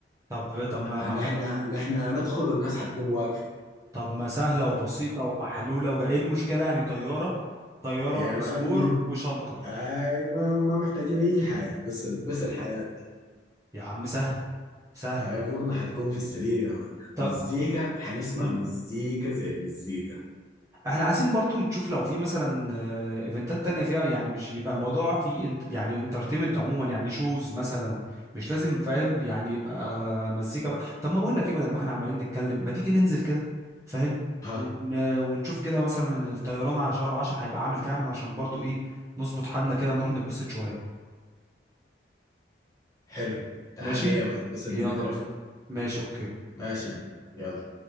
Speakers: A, on the right; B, on the left.
A: طب طب ما
B: يعني
A: ما
B: احنا نحن هندخل والناس حتكون واقفه
A: طب ما سهلة وبسيطة ومحلولة وجا ايه المشكلة يعني طيارة طيارة
B: يا
A: وباسبور
B: معلم
A: وشنطة
B: اي ما ما محتاجين اي حاجه بس بس الحياه دي
A: يا عم سهلة سهلة
B: اي امورنا حتكون في السليم يا مان
A: طب
B: مزيكا حنسمع
A: مم.
B: مزيكا زي المزيكا
A: احنا عايزين برضو نشوف لو في مثلا آه، ايفنتات تانية فيها يعني مش يبقى الموضوع في انت يعني انترتينمنت عموما يعني شوز مثلا مش لازم فاهم يعني يبقى مزيكا بقى طب ما بقول لك ايه بدل ما احنا عمالين نتكلم ما تيجي ننزل كده فاهم
B: ها
A: ون... ونشوف كده مثلا الطيران على شهر 10 هيبقى عامل كام عشان برضو ايه نظبط حالنا كده نروح نتبسط شوية
B: حلو تعال
A: ماشي
B: لي يا مان بس
A: يلا
B: اديني تليفون
A: بينا ماشي اوكي
B: ماشي يا مان يلا